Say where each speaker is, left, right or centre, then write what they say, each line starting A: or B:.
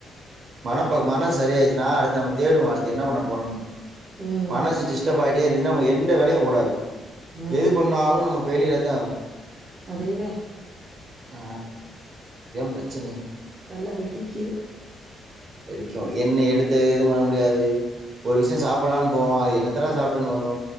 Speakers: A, on the right; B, on the right.
A: மனப்ப மனோ சரி மணப்பக் மன சரிஆயிடுச்சுனா அடுத்து நம்ம தேடுவோ அடுத்து என்ன பண்ண போறோம்னு
B: ம்
A: மனசு டிஸ்டர்ப் ஆய் இப்பிடியே இருந்துச்சுனா அப்பர எந்த வேலயு ஓடாது
B: ம்
A: எது பண்ணாலு நம்ம ஃபெயிலியர் தாவு
B: அதேதே
A: ஆ இதான் பிரச்சனையே
B: தல வெடிக்குது
A: வெடிக்கு என்ன எடுத்து எது பண்ண முடியாது ஒரு விஷய சாப்படலான்னு போவோ அது என்னத்தடா சாப் வரு